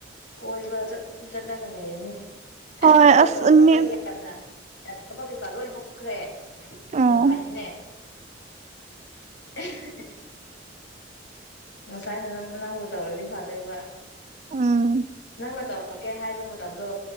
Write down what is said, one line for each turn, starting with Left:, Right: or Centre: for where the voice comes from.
Left: ꯀꯣꯏꯕ ꯆꯠ ꯆꯠꯂꯒ ꯂꯩꯔꯅꯤ ꯑꯁ
Right: ꯍꯣꯏ
Left: ꯅꯪ ꯀꯣꯜ ꯇꯧꯔꯛꯄꯒꯤ
Right: ꯃꯤ
Left: ꯌꯥꯝꯅ ꯊꯕꯛ ꯀꯩꯀꯥ ꯂꯣꯏꯅ ꯇꯣꯛꯈ꯭ꯔꯦ
Right: ꯑꯣ
Left: ꯌꯥꯝ ꯐꯩꯅꯦ <unintelligible> ꯉꯁꯥꯏꯅ ꯅꯪ ꯑꯅꯧꯕ ꯇꯧꯔꯗꯤ ꯐꯥꯗꯣꯏꯕ
Right: ꯎꯝ
Left: ꯅꯪꯅ ꯇꯧꯔꯛꯀꯦ ꯍꯥꯏꯕ ꯃꯇꯝꯗꯣ